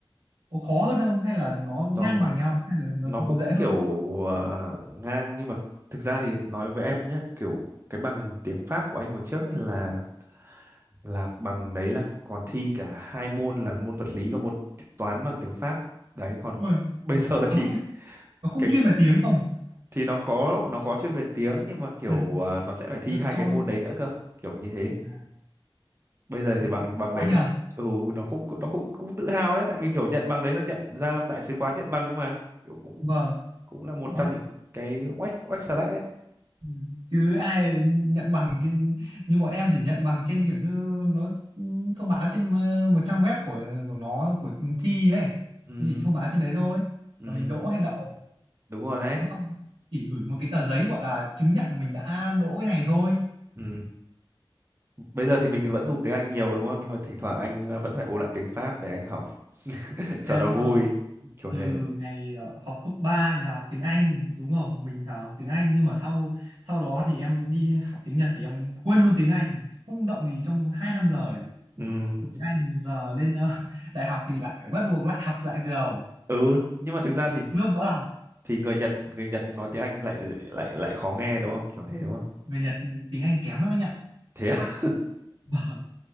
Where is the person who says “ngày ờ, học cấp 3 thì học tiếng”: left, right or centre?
Right